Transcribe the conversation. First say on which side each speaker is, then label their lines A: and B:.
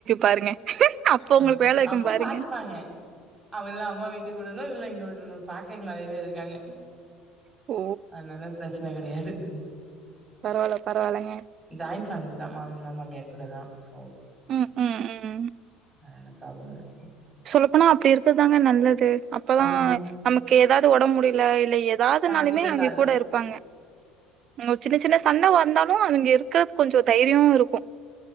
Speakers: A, on the right (about 50°); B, on the right (about 15°).
A: பாருங்க அப்ப
B: அ
A: உங்களுக்கு வேல வைக்கும்
B: அப்ப
A: பாருங்க
B: பாத்துப்பாங்க அவல்லாம் அம்மா வீட்டுக்கு விடணு இல்ல இங்க விடனு பாக்கதுக்கு நறைய பேர் இருக்காங்க
A: ஓ
B: அதுனலா பிரச்சன கடையாது
A: பரவாயில்ல பரவாயில்லங்க
B: ஜாயின்ட் ஃபேமிலி தா மாமனார் மாமியார் கூட தா சோ
A: ம் ம் ம்
B: ஆ சாப்பட்ற நேரத்துக்கு
A: சொல்லப்போனா அப்டி இருக்குறதாங்க நல்லது அப்பதா
B: ஆமா.
A: நமக்கு ஏதாவது ஒடம்பு முடியல இல்ல எதாவதுனாலுமே
B: பாத்துக்கறக்கு
A: அவைங்க
B: ஆள்
A: கூட இருப்பாங்க ஓ சின்ன சின்ன சண்ட வந்தாலு அவைங்க இருக்கிறதுக்கு கொஞ்சோ தைரியோ இருக்கு